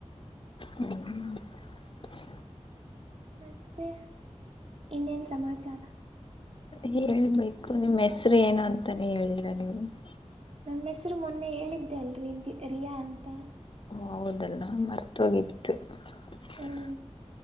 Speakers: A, on the left; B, on the right.
A: ಹ್ಮ್ಮ್. <unintelligible>
B: ಮತ್ತೆ, ಇನ್ನೇನು ಸಮಾಚಾರ? <inaudible>
A: ಹೇಳ್ಬೇಕು, ನಿಮ್ಮ್ ಹೆಸರು ಏನೂ, ಅಂತಾನೇ ಹೇಳಿಲ್ಲ ನೀವು? <inaudible>
B: ನಮ್ಮ ಹೆಸರು ಮೊನ್ನೆ ಹೇಳಿದ್ದೆ ಅಲ್ರಿ ರಿಯಾ ಅಂತಾ? <inaudible>
A: ಹೌದಲ್ಲ, ಮರ್ತೋಗಿತ್ತು. <unintelligible>
B: ಹ್ಞೂ